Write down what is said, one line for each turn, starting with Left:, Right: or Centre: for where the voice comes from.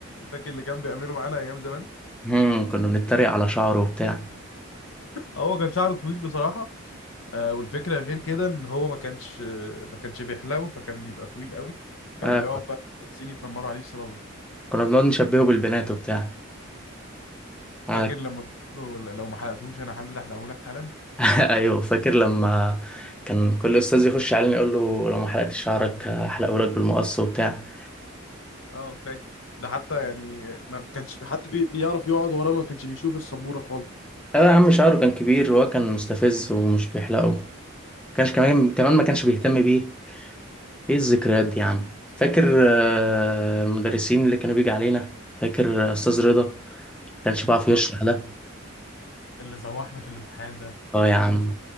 Left: فاكر اللي كان بيعمله معانا ايام زمان
Centre: مم. كنا بنتريق على شعره وبتاع
Left: آه، هو كان شعره طويل بصراحه آه والفكره غير كده ان هو ما كانش آه، ما كانش بيحلقه فكان بيبقى طويل قوي كان
Centre: آه.
Left: بيقعد بقى المدرسين يتنمروا عليه بسببه
Centre: كنا بنقعد نشبهه بالبنات وبتاع آه.
Left: فاكر لما قلت له لو ما حلقتهوش انا هنزل احلقه لك حالا
Centre: <laughs> ايوه فاكر لما كان كل استاذ يخش علينا يقول له لو ما حلقتش شعرك هحلقه لك بالمقص وبتاع
Left: اه فاكر ده حتى يعني ما كانش في حد بي... بيعرف يقعد وراه ما كانش بيشوف السبورة خالص
Centre: اه يا عم شعره كان كبير وهو كان مستفز ومش بيحلقه كانش كمان كمان ما كانش بيهتم بيه ايه الذكريات دي يا عم فاكر آه، المدرسين اللي كانوا بيجي علينا فاكر آه، استاذ رضا ما كانش بيعرف يشرح
Left: آه.
Centre: ده
Left: اللي زوحنا في الامتحان ده
Centre: اه
Left: جبت
Centre: يا عم